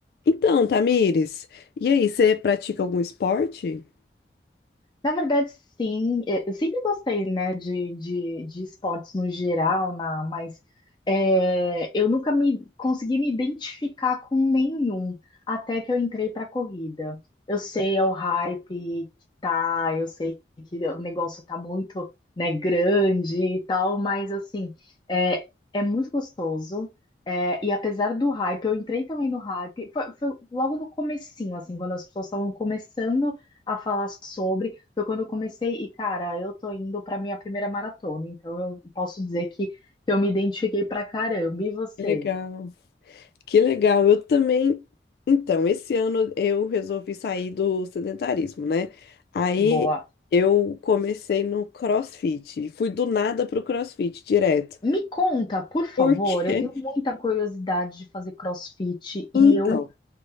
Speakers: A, on the left; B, on the left.
A: Então, Tamires, e aí, você pratica algum esporte?
B: Na verdade, sim. Eu sempre gostei, né, de, de, de esportes no geral, na, mas é, eu nunca me consegui me identificar com nenhum até que eu entrei para corrida. Eu sei é o hype que tá, eu sei que o negócio tá muito, né, grande e tal, mas assim, é, é muito gostoso. É, e apesar do hype, eu entrei também no hype, foi, foi logo no comecinho, assim, quando as pessoas estavam começando a falar sobre. Foi quando eu comecei, e cara, eu tô indo pra minha primeira maratona, então eu posso dizer que, eu me identifiquei pra caramba. E você?
A: Que legal. Que legal. Eu também. Então, esse ano eu resolvi sair do sedentarismo, né? Aí
B: Boa.
A: eu comecei no CrossFit. Fui do nada pro CrossFit direto.
B: Me conta, por favor,
A: Por quê?
B: eu tenho muita curiosidade de fazer CrossFit
A: <laughs>
B: e
A: Então,
B: eu